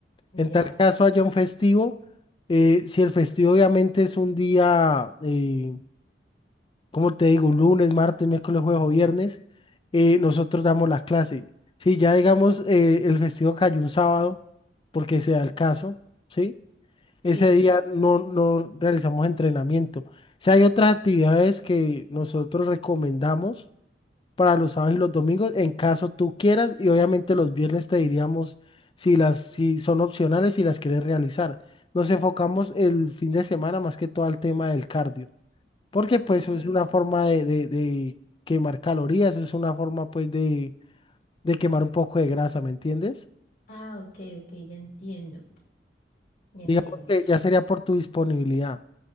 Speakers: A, on the left (about 55°); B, on the left (about 30°).
A: Ya.
B: En tal caso haya un festivo, eh, si el festivo obviamente es un día, eh, como te digo, lunes, martes, miércoles, jueves o viernes, eh, nosotros damos la clase. Si ya digamos eh, el festivo cayó un sábado, porque sea el caso, ¿sí? Ese
A: Sí.
B: día no, no realizamos entrenamiento. O sea, hay otras actividades que nosotros recomendamos para los sábados y los domingos en caso tú quieras y obviamente los viernes te diríamos si las si son opcionales si las quieres realizar. Nos enfocamos el fin de semana más que todo al tema del cardio, porque pues
A: Ah,
B: es una forma de, de, de quemar calorías, es una forma pues de, de quemar un poco de grasa, ¿me entiendes?
A: Ah, ok, ok, ya entiendo, ya
B: Digamos
A: entiendo.
B: que ya sería por tu disponibilidad.